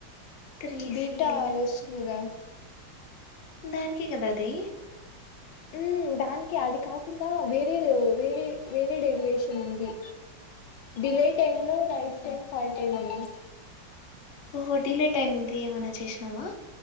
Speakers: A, on the left; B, on the left.
A: three
B: beta
A: CL
B: వస్తుంది రా
A: దా ఓకే కదా అది
B: ఉ దానికి అది కాకుండా వేరేది వేరే వేరే డెరివేషన్ ఉంది డిలే టైమ్ లో నైట్ టైమ్ ఫాల్ టైమ్ అని
A: ఓహో డిలే టైమ్ది ఏమన్నా చేసినావా